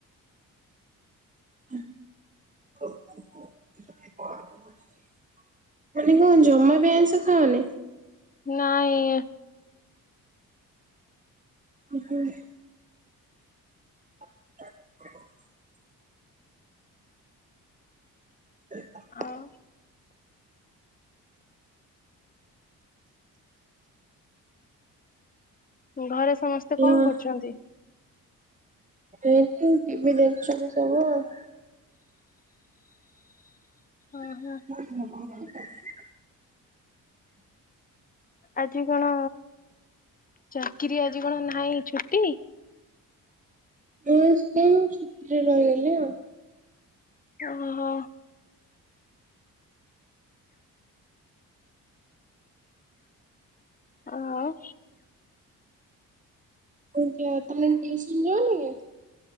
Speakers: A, on the right; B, on the left.
A: ହଉ କ <inaudible> ମାନେ କ'ଣ ଜମା ବି ଆଇଁଷ ଖାଅନି।
B: ନାଇଁ।
A: ଉଁ ହୁ। <inaudible> ହ। <unintelligible>
B: ଆଉ। ଘରେ ସମସ୍ତେ
A: ଭଲ
B: କ'ଣ କରୁଛନ୍ତି।
A: ଏଇଠି ଟିଭି ଦେଖୁଛନ୍ତି ସବୁ ଆଉ।
B: ଓହୋ
A: <unintelligible>
B: ଆଜି କ'ଣ ଚାକିରି ଆଜି କ'ଣ ନାହିଁ ଛୁଟି।
A: ନୂଆ ସ୍କୁଲ ଛୁଟିରେ ରହିଗଲେ ଆଉ।
B: ଓହୋ। ଆ ଅ।
A: ସ୍କୁଲ ଯିବ ତମେ ଟ୍ୟୁସନ ଯିବନି କି।